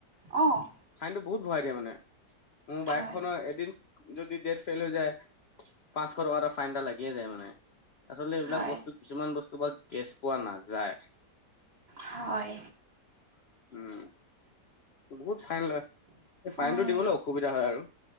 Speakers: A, on the right (about 40°); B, on the left (about 55°).
A: অ'
B: ফাইনটো বহুত ভৰাই দিয়া মানে মোৰ বাইকখনৰ
A: হয়
B: এদিন যদি ডেট ফেইল হৈ যায় পাঁচশ টকাৰ ফাইন এটা লাগিয়ে যায় মানে আচলতে এইবিলাক
A: হয়
B: বস্তু কিছুমান বস্তু বা কেছ পোৱা নাযায়।
A: হয়।
B: উম বহুত ফাইন লয় এই ফাইনটো
A: উম
B: দিব লও অসুবিধা হয় আৰু।